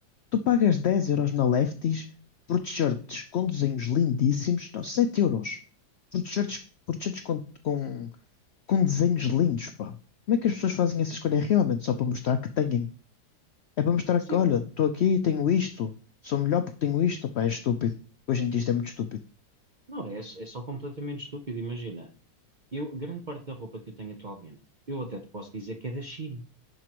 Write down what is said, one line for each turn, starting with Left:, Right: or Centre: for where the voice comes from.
Left: Tu pagas 10 euros na Lefties por t-shirts com desenhos lindíssimos, não, 7 euros por t-shirts, por t-shirts com, com, com desenhos lindos, pá. Como é que as pessoas fazem essa escolha realmente só para mostrar que têm É para mostrar
Right: sim.
Left: que, olha, estou aqui, tenho isto, sou melhor porque tenho isto, pá, é estúpido. Hoje em dia isto é muito estúpido.
Right: Não, é, só- é só completamente estúpido. Imagina, eu, grande parte da roupa que eu tenho atualmente, eu até te posso dizer que é da China.